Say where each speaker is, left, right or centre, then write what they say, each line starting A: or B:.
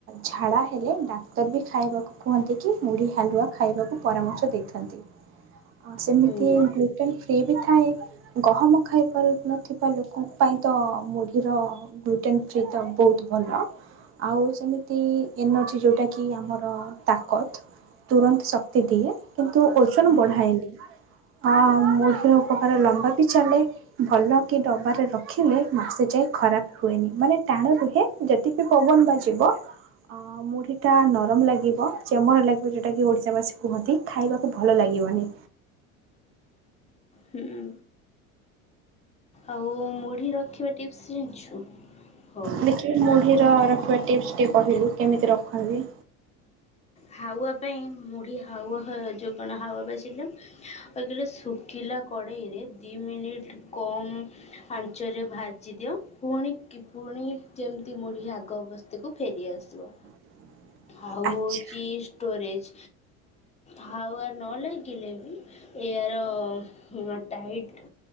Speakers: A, on the right (about 35°); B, on the left (about 15°).
A: ଝାଡା ହେଲେ ଡାକ୍ତର ବି ଖାଇବାକୁ କୁହନ୍ତିକି ମୁୁଢ଼ି ହାଲୁଆ ଖାଇବାକୁ ପରାମର୍ଶ ଦେଇଥାନ୍ତି। ଆଉ ସେମିତି
B: ହୁଁ
A: ଗ୍ଲୁଟେନ୍ ଫ୍ରି ବି ଥାଏ। ଗହମ ଖାଇପାରୁନଥିବା ଲୋକଙ୍କ ପାଇଁ ତ ମୁଢ଼ିର ଗ୍ଲୁଟେନ୍ ଫ୍ରି ତ ବହୁତ ଭଲ। ଭଲ ଆଉ ସେମିତି ଏନର୍ଜି ଯଉଁଟାକି ଆମର ତାକତ ତୁରନ୍ତ ଶକ୍ତି ଦିଏ। କିନ୍ତୁ ଓଜନ
B: ହୁଁ
A: ବଢାଏନି। ଆ ମୁଢ଼ି ର ଉପକାର ଲମ୍ବା ବି ଚାଲେ ଭଲ କି ଡବାରେ ରଖିଲେ ମାସେ ଯାଏ ଖରାପ ହୁଏନି। ମାନେ ଟାଣ ରୁହେ। ଯେତିକି ପବନ ବାଜିବ ଅ ମୁଢି ଟା ନରମ ଲାଗିବ ଚେମର ଲାଗିବ ଯୋଉଟା କି ଓଡିଶାବାସୀ କୁହନ୍ତି ଖାଇବାକୁ ଭଲ ଲାଗିବ ଇବନି।
B: ହୁଁ। ଆଉ ମୁଢି ରଖିବା ଟିପ୍ସ ଜାଣିଛୁ? ହଉ।
A: ଦେଖିବା ମୁଢିର ରଖିବା ଟିପ୍ସ ଟିକେ କହିଲୁ। କେମିତି ରଖନ୍ତି?
B: ହାୱା ପାଇଁ ମୁଢ଼ି ହାୱା ଯେଉଁ କଣ ହାୱା ବାଜିଲେ ଯେତେବଳେ ଶୁ ଖିଲା କଡ଼େଇରେ ଦୁଇ ମିନିଟ୍ କମ୍ ଆଞ୍ଚରେ ଭାଜିଦିଅ ପୁଣି କି ପୁଣି ଯେମିତି ମୁଢ଼ି ଆଗ ଅବସ୍ଥାକୁ ଫେରିଆସିବ।
A: <inaudible>
B: ଆଉ ହଉଛି
A: ଆଚ୍ଛା।
B: ଷ୍ଟୋରେଜ୍ ହାୱା ନ ଲାଗିଲେ ବି ଏୟାର ଟାଇଟ୍